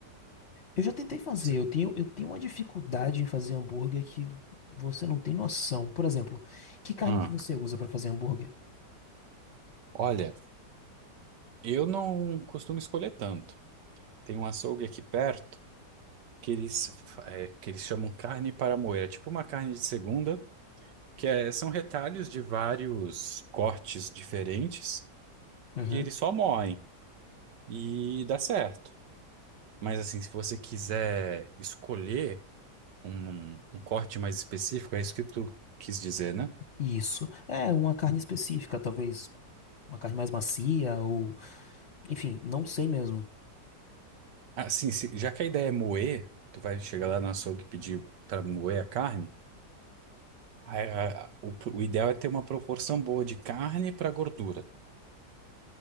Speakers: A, on the left; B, on the right.
A: Eu já tentei fazer,
B: Cê-
A: eu tenho, eu tenho uma dificuldade em fazer hambúrguer que você não tem noção. Por exemplo, que carne
B: Ah,
A: que você usa pra fazer hambúrguer?
B: olha, eu não costumo escolher tanto. Tem um açougue aqui perto que eles, fa- é, que eles chamam carne para moer, é tipo uma carne de segunda, que é- são retalhos de vários cortes diferentes
A: Uhum.
B: que eles só moem. e dá certo. Mas assim, se você quiser escolher um, um corte mais específico, é isso que tu quis dizer, né?
A: Isso. É uma carne específica, talvez uma carne mais macia ou, enfim, não sei mesmo.
B: Assim, se- já que a ideia é moer, tu vai chegar lá no açougue e pedir para moer a carne, a- a- a- o, o ideal é ter uma proporção boa de carne para gordura.